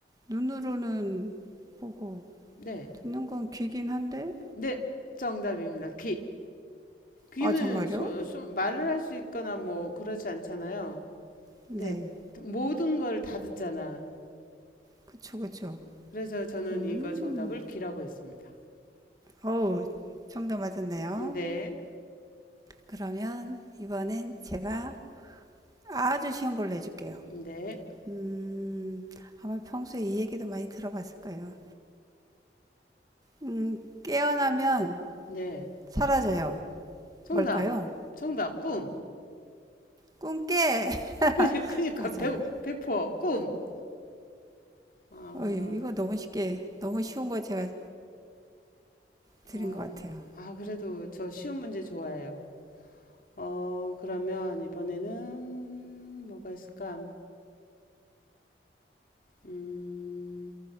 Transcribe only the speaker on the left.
네,
네, 정답입니다. 귀. 귀는
소- 소- 말을 할 수 있거나 뭐 그러지 않잖아요.
네, 모든 걸 다 듣잖아.
그래서 저는
이거 정답을 귀라고 했습니다.
네,
네,
네.
정답,
정답, 꿈.
그니, 그니까,
백, 백퍼, 꿈. 아,
아,
아, 그래도 저 쉬운 문제 좋아해요. 어, 그러면 이번에는 뭐가 있을까? 음,